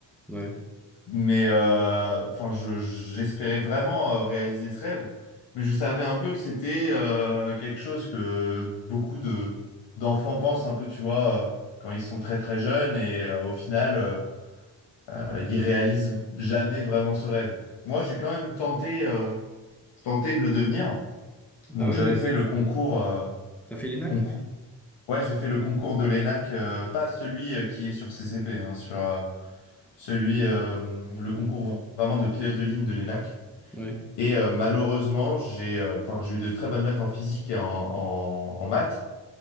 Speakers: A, in the centre; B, on the left (about 70°).
A: Ouais.
B: mais euh, enfin je j'espérais vraiment euh, réaliser ce rêve, mais je savais un peu que c'était euh, quelque chose que beaucoup de d'enfants pensent un peu, tu vois, euh, quand ils sont très très jeunes et euh, au final euh, euh, il réalise jamais vraiment ce rêve. Moi, j'ai quand même tenté, euh, tenté de le devenir. Donc,
A: Ah ouais,
B: j'avais
A: mais
B: fait le concours, euh,
A: t'as fait l'ENAC?
B: concours. Ouais, j'ai fait le concours de l'ENAC, euh, pas celui euh, qui est sur CCP, hein, sur euh, celui, euh, le concours vraiment de pilote de ligne de l'ENAC.
A: Ouais,
B: Et euh, malheureusement, j'ai euh, enfin, j'ai eu de très bonnes notes en physique et en, en, en maths,